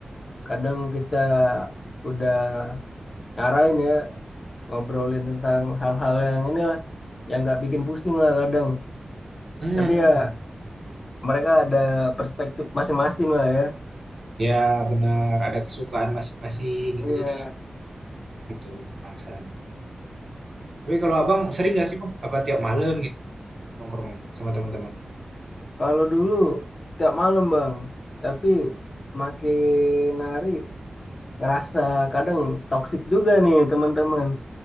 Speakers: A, on the left; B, on the right.
A: Kadang kita udah ngarahin ya ngobrolin tentang hal-hal yang inilah yang nggak bikin pusing lah kadang.
B: Hmm,
A: Tapi ya mereka ada perspektif masing-masing lah ya.
B: ya benar ada kesukaan masing-masing
A: Iya,
B: gitu jadi itu bahasan. Tapi kalau abang sering nggak sih bang? Apa tiap malam gitu nongkrongnya sama teman-teman?
A: kalau dulu tiap malam Bang, tapi semakin hari ngerasa kadang toksik juga nih teman-teman.